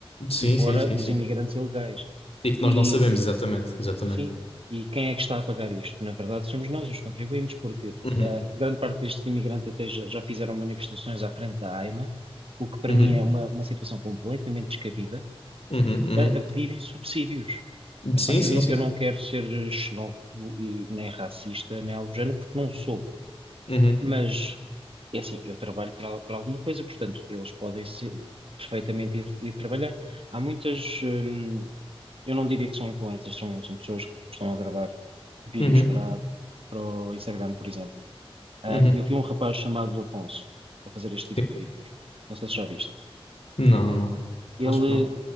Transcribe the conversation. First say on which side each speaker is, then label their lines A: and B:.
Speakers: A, on the left; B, on the right.
A: Sim,
B: e fora
A: sim, sim,
B: os
A: sim.
B: imigrantes ilegais.
A: E que nós
B: E
A: não sabemos exatamente, exatamente.
B: Sim. E quem é que está a pagar isto? Na verdade, somos nós, os contribuintes, porque
A: Uhum,
B: ah, grande parte destes imigrantes até já, já fizeram manifestações à frente da AIMA, o que para
A: uhum,
B: mim é uma, uma situação completamente descabida,
A: uhum, uhum.
B: a, a pedirem subsídios. Epá,
A: Sim,
B: eu
A: sim,
B: não,
A: sim.
B: eu não quero ser xenófobo e nem racista, nem algo do género, porque não sou.
A: Uhum,
B: Mas, é assim, eu trabalho para, para alguma coisa, portanto, eles podem ser, perfeitamente ir, ir trabalhar. Há muitas, hum, eu não diria que são influencers, são, são pessoas que estão a gravar vídeos
A: uhum,
B: para, para o Instagram, por exemplo. Ah,
A: uhum.
B: eu vi um rapaz chamado Afonso a fazer este tipo
A: Sim.
B: de vídeos. Não sei se já viste.
A: Não, não.
B: Ele,
A: Acho que não.